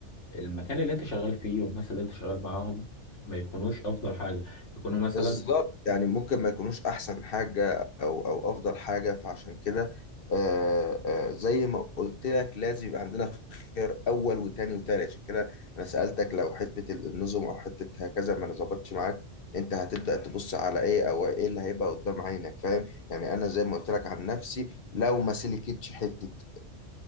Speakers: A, on the left (about 75°); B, on the left (about 55°).
A: المكان اللي أنت شغال فيه والناس اللي أنت شغال معاهم ما يكونوش أفضل حاجة يكونوا مثلا
B: بالظبط يعني ممكن ما يكونوش احسن حاجه او او افضل حاجه فعشان كده آه، آه، زي ما قلت لك لازم يبقى عندنا خير اول وتاني وتالت عشان كده انا سالتك لو حته ال- النظم او حته هكذا ما ظبطتش معاك انت هتبدا تبص على ايه او ايه اللي هيبقى قدام عينك فاهم يعني انا زي ما قلت لك عن نفسي لو ما سلكتش حته